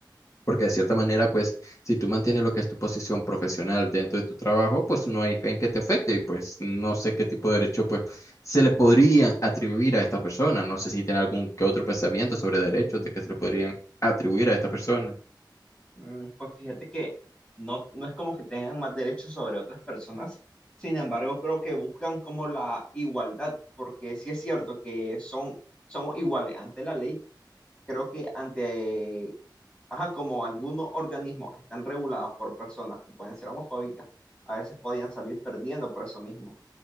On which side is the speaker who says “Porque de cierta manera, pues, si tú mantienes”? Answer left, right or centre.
Left